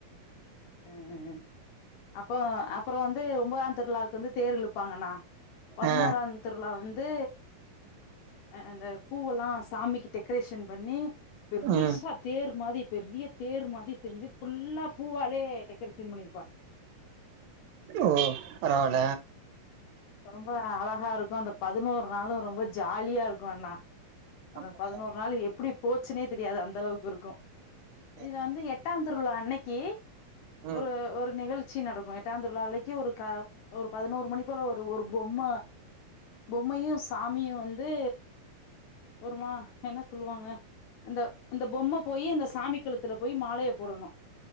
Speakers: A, on the left; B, on the right.
A: அ அ அப்போ அப்புறம் வந்து ஒம்பதாம் திருழா வந்து தேர் இழுப்பாங்கன்னா. பதினோராந்
B: ஆ
A: திருவிலா வந்து அ அந்த பூவெல்லா சாமிக்கு டெக்ரேஷன் பண்ணி பெரிசா
B: ம்
A: தேர் மாதி பெரிய தேர் மாதி செஞ்சு ஃபுல்லா பூவால் ப்டியே டெக்ரேசன் பண்ணி
B: ஓ. பரவால.
A: ரொம்ப அழகா இருக்கு அந்த பதினோரு நாளு ரொம்ப ஜாலியா இருக்கு அண்ணா. அந்த
B: அப்படியா
A: பதினோரு நாளு எ எப்படி போச்சுனே தெரியாது அந்த அளவுக்கு இருக்கும்.
B: சரி
A: இதுல வந்து எட் பட்டாந்திருவ்ழா அன்னைக்கு
B: ம்
A: ஒரு ஒரு நிகழ்ச் ச்சி நடக்கும் எட்டாம் திருவிழா அளைக்கு ஒரு க ஒரு பதினோரு மணி போல ஒரு ஒரு பொம்ம பொம்மையும் சாமியும் வந்து. ஒருமா என்ன சொல்லுவாங்க. அந்த அந்த பொம்ம போயி அந்த சாமி களுத்துல போய் மாலைய போடணும்.